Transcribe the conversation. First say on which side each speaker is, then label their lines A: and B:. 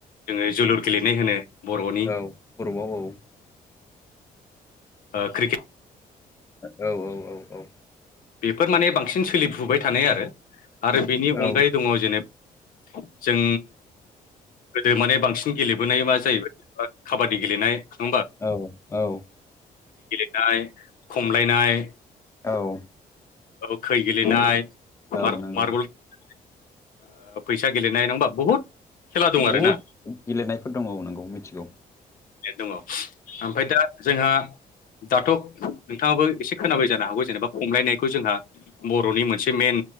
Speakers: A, on the left (about 65°); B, on the left (about 20°).
A: जोङो जोलुर गेलेनाय होनो। बर'नि
B: औ बरबआव औ।
A: ओ‌ क्रिकेट।
B: औ औ औ औ।
A: बेफोर माने बांसिन सोलिफुबाय थानाय आरो आरो बेनि
B: औ
A: अनगायै दङ जेनेब। जों। गोदो माने बांसिन गेलेबोनाय एबा जाहैबाय ओ खाबादि गेलेनाय। होमबा
B: औ औ।
A: नाय खमलायनाय।
B: औ।
A: औ खै गेलेनाय मार्ब-मार्बल।
B: औ नंगौ
A: <unintelligible> ओ फैसा गेलेनाय नङा ओमबा बुहुद। खेला दं आरोना
B: बहुद गेलेनायफोर दङ औ नंगौ मिथिगौ
A: दङ ओमफ्राय दा। जोंहा। दाथ' नोंथाङाबो इसे खोनाबाय जानो हागौ जेनेबा खमलायनायखो जोंहा बर'नि मोनसे मेन।